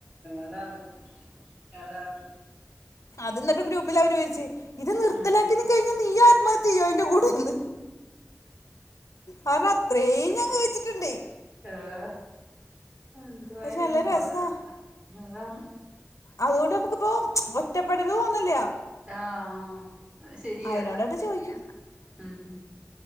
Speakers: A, on the right; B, on the left.
A: അതാന്ന് അതാന്ന്
B: അത് ന്നിട്ട് ഗ്രൂപ്പില അവര് ചോദിച്ച് ഇത് നിർത്തലാക്കി
A: ഉം
B: ത് കഴിഞ്ഞ നീയാ മതി അയിന്റെ കൂടെന്ന് കൻ അത്രയും ഞാൻ കഴിച്ചിട്ടുണ്ടേ
A: ആഹ് എതുവായാലും
B: പക്ഷെ നല്ല
A: കുഴപ്പം
B: രസാ
A: അതാണ്
B: അതുകൊണ്ട് നമുക്കിപ്പോ ഒറ്റപ്പെടല തോന്നില്ല
A: ആഹ് ശരിയാ
B: അയിനോടട് ചോദിക്കും
A: മ് മ്